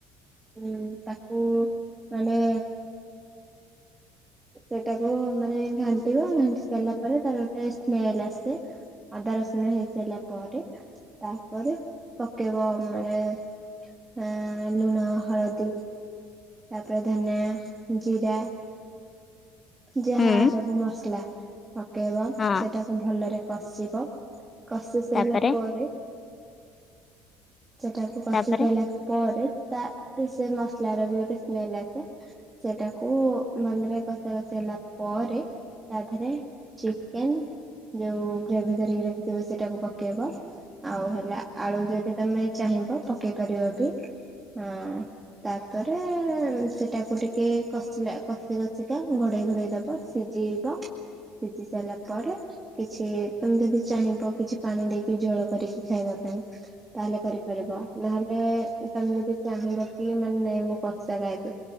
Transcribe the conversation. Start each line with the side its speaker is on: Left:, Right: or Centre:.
Right: ହୁଁ ତାକୁ ମାନେ
Left: <inaudible>
Right: ସେଟାକୁ ମାନେ ଘାଣ୍ଟିବ ଘାଣ୍ଟି ସାରିଲା ପରେ ତାର ଗୋଟେ ସ୍ମେଲ ଆସେ। ଅଦା ରସୁଣ ହେଇସାରିଲା ପରେ ତାପରେ ପକେଇବ ଆମର ଆ ଲୁଣ, ହଳଦୀ। ତାପରେ ଧନିଆ, ଜିରା ଯାହା
Left: ହୁଁ
Right: ସବୁ ମସଲା। ପକେଇବା
Left: ହଁ
Right: ସେଟାକୁ ଭଲରେ କଷିବ କଷି ସାଇଲା
Left: ତାପରେ
Right: ପରେ ସେଟାକୁ କଷି
Left: ତାପରେ
Right: ସାଇଲା ପରେ ତା ଏଇ ସେ ମସଲାର ବି ଗୋଟେ ସ୍ମେଲ ଆସେ। ସେଟାକୁ ଭଲରେ କଷା କଷି ହେଲା ପରେ ତା ଦେହରେ ଚିକେନ ଯୋଉ ଗ୍ରେଭି କରିକି ରଖିଥିବ ସେଟାକୁ ପକେଇବ। ଆଉ ହେଲା ଆଳୁ ଯଦି ତମେ ଚାହିଁବ ପକେଇ ପାରିବ ବି ହଁ ତାପରେ ସେଟାକୁ ଟିକେ କଷିଲା କଷି କଷିକା ଘୋଡେଇ ଘୋଡେଇ ଦବ ସିଝେଇବ ସିଝି ସାରିଲା ପରେ କିଛି ତମେ ଯଦି ଚାହିଁବ କିଛି ପାଣି ଦେଇକି ଝୋଳ କରିକି ଖାଇବା ପାଇଁ। ତାହେଲେ କରିପାରିବ ନହେଲେ ତମେ ଯଦି ଚାହିଁବ କି ମାନେ ମୁଁ କଷା ଖାଇବି